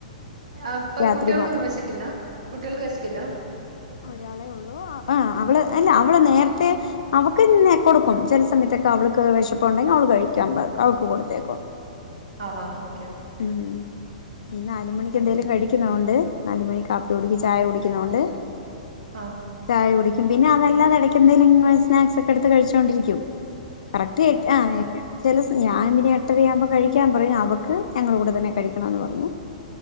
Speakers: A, on the right (about 65°); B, on the left (about 65°).
A: അപ്പ
B: രാത്രി
A: കുട്ടികൾക്ക്
B: മാത്രം
A: ഒന്നും വിശക്കില്ല കുട്ടികൾക്ക് ക്കില്ല
B: ഒരാളെ ഉള്ളു ആ അവള് അല്ല അവള് നേരത്തെ അവക്ക് ഇന്നെ കൊടുക്കും ചില സമയത്തൊക്കെ അവൾക്ക് വിഷപ്പുണ്ടെങ്കിൽ അവള് കഴിക്കാൻ അവക്ക് കൊടുത്തേക്കും
A: ആഹ ആഓ
B: ഉം ഈ നാല് മണിക്ക്
A: അങ്ങനെയല്ലേ
B: എന്തെലും കഴിക്കുന്നൊണ്ട് നാല് മണിക്ക്‌ കാപ്പി കുടിച്ച് ചായ കുടിക്കുന്നതൊണ്ട്
A: ആ
B: ചായ കുടിക്ക എന്തിനാ അതെല്ലാം <unintelligible> സ്നാക്ക്സ് ഒക്കെ എടുത്തു കഴിച്ചോണ്ടിരിക്കും കറക്റ്റ് ആ ചില ഞാൻ പിന്നെ എട്ടര ആകുമ്പോ കഴിക്കാൻ പറയും അവക്ക് ഞങ്ങടെ കൂടെ തന്നെ കഴിക്കണോന്ന് പറഞ്ഞ്